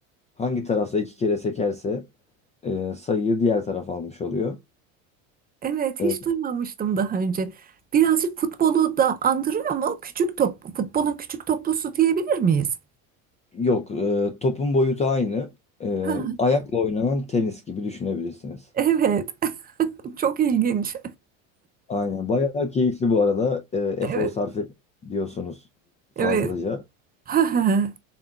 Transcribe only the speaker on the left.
hangi tarafta iki kere sekerse e, sayıyı diğer taraf almış oluyor.
E,
yok e, topun boyutu aynı. E,
ayakla oynanan tenis gibi düşünebilirsiniz.
Aynen. Bayağı keyifli bu arada. Ee, efor
sarf et diyorsunuz fazlaca.